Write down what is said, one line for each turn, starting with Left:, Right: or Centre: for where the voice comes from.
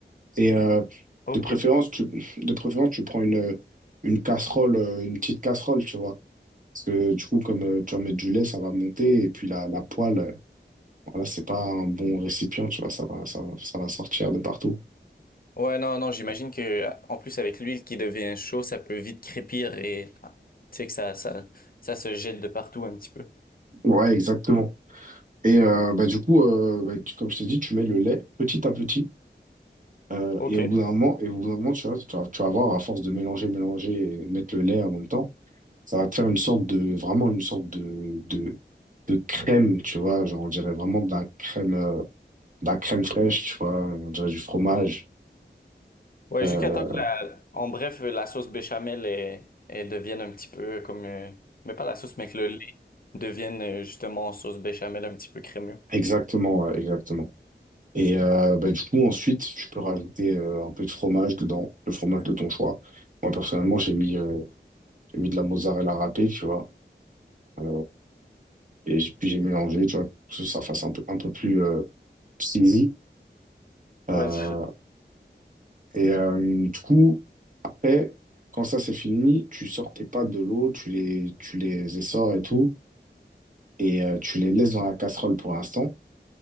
Right: Et euh,
Left: Ok.
Right: de préférence, tu, de préférence, tu prends une, une casserole, euh, une petite casserole, tu vois. Parce que du coup, comme euh, tu vas mettre du lait, ça va monter. Et puis la, la poêle, euh, voilà, c'est pas un bon récipient, tu vois. Ça va, ça, va- ça va sortir de partout.
Left: Ouais, non, non, j'imagine que en plus avec l'huile qui devient chaud, ça peut vite crépir et ah, tu sais que ça, ça, ça se jette de partout un petit peu.
Right: Ouais, exactement. Et euh, bah, du coup, euh, bah, tu- comme je t'ai dit, tu mets le lait petit à petit. Euh,
Left: Ok.
Right: et au bout d'un moment, et au bout d'un moment, tu vois, tu vas, tu vas voir, à force de mélanger, mélanger et mettre le lait en même temps, ça va te faire une sorte de, vraiment une sorte de, de, de crème, tu vois, genre, on dirait vraiment de la crème, euh, de la crème fraîche, tu vois, on dirait du fromage.
Left: Ouais,
Right: Euh,
Left: jusqu'à temps que la, en bref, la sauce béchamel est, elle devienne un petit peu comme, euh, mais pas la sauce, mais que le lait devienne euh, justement sauce béchamel un petit peu crémeux.
Right: exactement, ouais, exactement. Et euh, bah, du coup, ensuite, tu peux rajouter euh, un peu de fromage dedans, le fromage de ton choix. Moi, personnellement, j'ai mis, euh, j'ai mis de la mozzarella râpée, tu vois, euh, et j- puis j'ai mélangé, tu vois, pour que ça fasse un peu, un peu plus. euh, C'est easy. Euh,
Left: Ouais, je-
Right: et euh, du coup, après, quand ça c'est fini, tu sors tes pâtes de l'eau, tu les, tu les essores et tout, et euh, tu les laisses dans la casserole pour l'instant,